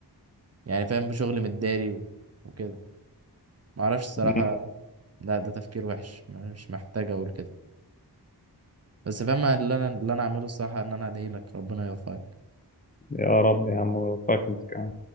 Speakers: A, on the right; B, on the left.
A: يعني فاهم في شغل متداري و... وكده ما اعرفش الصراحة
B: مم.
A: لا ده تفكير وحش مش محتاج اقول كده بس فاهم اللي انا اللي انا اعمله الصراحة ان انا ادعي لك ربنا يوفقك
B: يا رب يا عم وفقك انت كمان